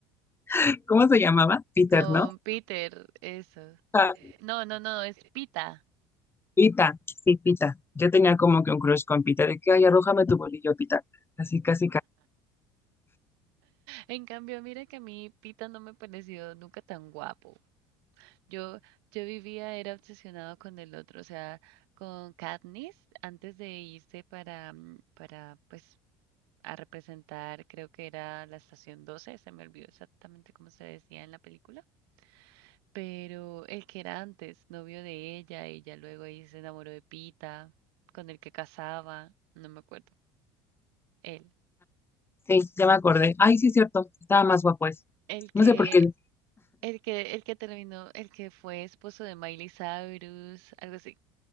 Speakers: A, on the left; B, on the right.
A: <laughs> ¿cómo se llamaba? Peter,
B: Con
A: ¿no?
B: Peter, eso.
A: Ah,
B: No, no, no, es Pita.
A: Pita, sí, Pita. Yo tenía como que un crush con Pita, de que, ay, arrójame tu bolillo, Pita. Así casi
B: En cambio, mira que a mí Pita no me pareció nunca tan guapo. Yo, yo vivía, era obsesionado con el otro, o sea, con Katniss, antes de irse para, mm, para, pues, a representar, creo que era la estación doce se me olvidó exactamente cómo se decía en la película, pero el que era antes, novio de ella, ella luego ahí se enamoró de Pita, con el que casaba, no me acuerdo, él.
A: Sí, ya me acordé. Ay, sí, es cierto. Estaba más guapo ese.
B: El que,
A: No sé por qué.
B: el que, el que terminó, el que fue esposo de Miley Cyrus, algo así.